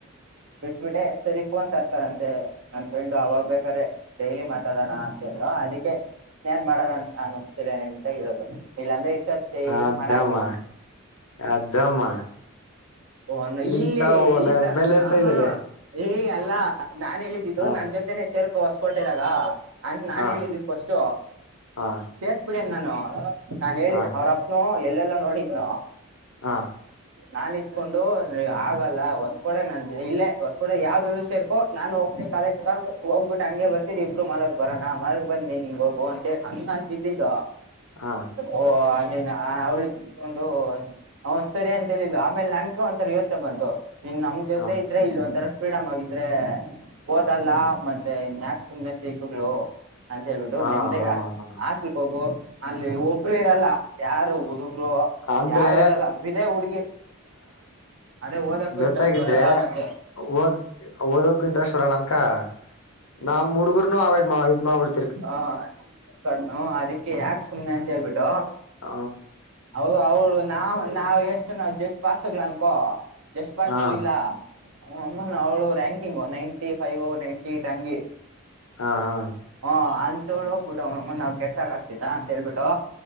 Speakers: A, on the right; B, on the left.
A: ಬಿಡಿಸಬಿಟ್ಟೆ ಸರಿ ಫೋನ್ ತರ್ತಾರಂತೆ ನಮ್ ಫ್ರೆಂಡ್ ಅವಾಗ ಬೇಕಾದ್ರೆ ಡೈಲಿ ಮಾತಾಡ್ ನೋಡೋಣಕಂದ್ವ ಅದಕ್ಕೆ ಫೋನ್ ಮಾಡೋದಂತ ನಾನು ಅಂತ ಇರೋದು ಇಲ್ಲಾಂದ್ರೆ ಇಷ್ಟತ್ತು
B: ಅದಮ್ಮ
A: ಸ ಮಾಡಾಕನೆ
B: ಅದಮ್ಮ
A: ಓ ನ
B: ಇಂತ
A: ಇಲ್ಲಿ
B: ಒಲೆ
A: ಈತ
B: ಬೆಲೆ ಇಡ್ತಾ
A: ಹ ಹಾ
B: ಇದಲ್ಲೇ
A: ಏಯ್ ಅಲ್ಲಾ ನಾನನ್ ಹೇಳಿದ್ದಿದ್ದು
B: ಹಾ
A: ನನ್ ಜೊತೆನೆ ಸೇರ್ಕ ಹೊಸ್ಕ ಕೊಟ್ಟಿದಾಗ ಅಂತ ನಾನನ್
B: ಹಾ
A: ಹೇಳಿದ್ದು ಫಾ ಸ್ಟ
B: ಹಾ
A: ಸೇಸ್ಬಿಡ ನಾನು ನಾನನ್ ಹೇಳಿ
B: ಹಾ
A: ಅವ್ರಪ್ಪನು ಎ ಎಲ್ಲೆಲ್ಲಾ ನೋಡಿದ್ನ
B: ಹಾ
A: ನಾನ್ ಇತ್ಕೊಂಡು ಆಗಲ್ಲ ಹೊಸ ಕೂಡೆಗ್ ನನ್ ಇಲ್ಲೇ ಹೊಸ ಕೂಡೆ ಯಾವ್ದಾದ್ರು ಸೇರ್ಕೋ ನಾನು ಹೋಗ ಕಾಲೇಜ್ ಹೋಗ್ಬಿಟ್ಟು ಹಂಗೆ ಬರ್ತೀನಿ ಇಬ್ಬರು ಮಾಲರ್ಗ್ ಬರೋಣ ಮಾಲಗ್ ಬಂದ ನೀ ನಿಂಗ ಹೋಗು ಅಂತ ಹಂಗ ಅಂತಿದ್ದಿದ್ದ
B: ಹಾ
A: ಓ ನೀ ಅವಳಿಗೆತ್ಕೊಂಡು ಹ ಸರಿ ಅಂತ ಹೇಳಿಲ್ಲ ಆಮೇಲೆ ನನ್ಕ ಒಂಥರ ಯೋಚನೆ ಬಂತು ಇನ್ ನಮ್ ಜೊತೆ
B: ಹಾ
A: ಇದ್ರೆ ಇಲ್ಲ ಒಂಥರ ಫ್ರೀಡಮ್ ಆಗಿದ್ರೆ ಓದಲ್ಲ ಮತ್ತೆ ಮನ್ಯಾಕ್ಸ್ ಸುಮ್ನೆ ಸಕ್ಗ್ಗಳು ಅ ಂತೇಳ್ಬಿಟ್ಟು
B: ಹಾ
A: ನಿಮ್ದೇ ಹಾಸ್ಲ್ ಹೋಗು ಅಲ್ಲಿ ಒಬ್ರು ಇರಲ್ಲ ಯಾರು ಹುಡುಗ ಇರೊ
B: ಅಂದ್ರೆ
A: ಯಾರು ಇರಲ್ಲ ಬಿರೆ ಹುಡ್ಗಿ ಅದೇ ಓದಕ್ಕೂ
B: ಜೊತ್ತಾಗಿದ್ರೆ
A: ಇಂಟ್ರೆಸ್ಟ್ ಬರಲ್ಲ ಮತ್ತೆ
B: ಓದ್ ಓದಕ್ ಇಂಟ್ರೆಸ್ಟ್ ಬರಲ್ಲ ಅನ್ಕ ಆ ನಮ್ ಹುಡುಗರ್ನು ಆವ್ಡ ಮಾ ಇದ್ ಮಾಬಡ್
A: ಹಾ ಕಡಿ್ಮು ಅದಿಕ್ಕೆ ಯಾಕ್ ಸುಮ್ನೆ ಅಂತ ಹೇಳ್ಬಿಟ್ಟು
B: ಹ
A: ಔವ್ವೂ ಇವ್ನಾ ನಾವ್ ಎಷ್ಟು ನಾವ್ ಜಸ್ಟ್ ಪಸ್ಗ್ಲ ಅನ್ಕೋ ಜಸ್ಟ್ ಪಸ್ತ
B: ಹಾ
A: ಇಲ್ಲ ಅಮ್ಮ ಅವಳು ranking ninety five ninety eight ಅಂಗೆ
B: ಹಾ ಹಾ
A: ಹ ಅಂತೋಳ್ ಹೋಗ್ಬಿಟ್ಟು ಅವನವ್ವನ್ ಕೆಸ ಆಗ್ತಿದ್ದ ಅಂತ ಹೇಳ್ಬಿಟ್ಟು